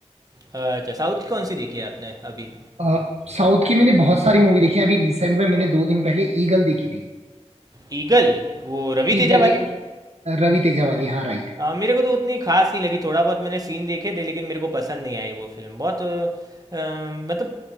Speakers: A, on the right; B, on the right.
A: अच्छा साउथ की कौन सी देखी है आपने अभी
B: अ, साउथ की मैंने बहुत सारी मूवी देखी है अभी रिसेंट में मैंने दो दिन पहले ईगल देखी थी
A: ईगल वो रवि तेजा
B: ईगल
A: वाली
B: एक रवि तेजा वाली हाँ राइट
A: हाँ मेरे को तो उतनी खास नहीं लगी थोड़ा बहुत मैंने सीन देखे थे लेकिन मेरे को पसंद नहीं आई वो फिल्म बहुत अ, मतलब